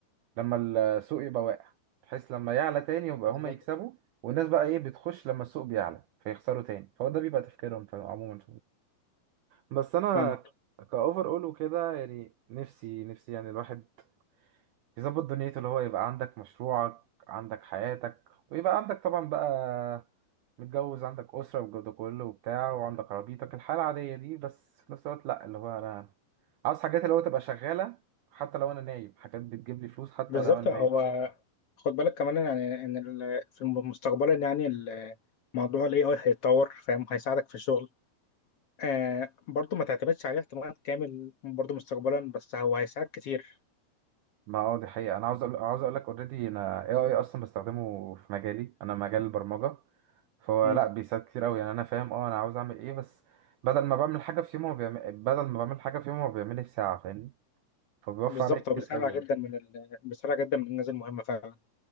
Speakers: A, on the right; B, on the left.
A: لما السوق يبقى واقع بحيث لما يعلى تاني يبقى
B: بالظبط
A: هما يكسبوا والناس بقى إيه بتخش لما السوق بيعلى فيخسروا تاني فهو ده بيبقى تفكيرهم في- عموما بس انا
B: فاهمك
A: كاوفر اول وكده يعني نفسي نفسي يعني الواحد يظبط دنيته اللي هو يبقى عندك مشروعك عندك حياتك ويبقى عندك طبعا بقى متجوز عندك اسره والجو ده كله وبتاع وعندك عربيتك الحياه العاديه دي بس في نفس الوقت لا اللي هو انا عاوز حاجات اللي هو تبقى شغاله حتى لو انا نايم حاجات بتجيب لي فلوس حتى
B: بالظبط
A: لو انا
B: هو
A: نايم
B: خد بالك كمان يعني ان ال- في مستقبلا يعني ال- موضوع الاي اي هيتطور فاهم هيساعدك في الشغل آه برضه ما تعتمدش عليه اعتماد كامل برضه مستقبلا بس هو هيساعد كتير
A: ما هو دي حقيقه انا عاوز أقول... عاوز اقول لك اوريدي انا اي اي اصلا بستخدمه في مجالي انا مجال البرمجه فهو
B: مم.
A: لا بيساعد كتير قوي يعني انا فاهم اه انا عاوز اعمل ايه بس بدل ما بعمل حاجه في يوم هو بيعمل بدل ما بعمل حاجه في يوم هو بيعملها في ساعه فاهمني فبيوفر
B: بالظبط
A: عليا كتير
B: هو بيسرع
A: قوي يعني
B: جدا من ال... بيسرع جدا من الانجاز المهمه فعلا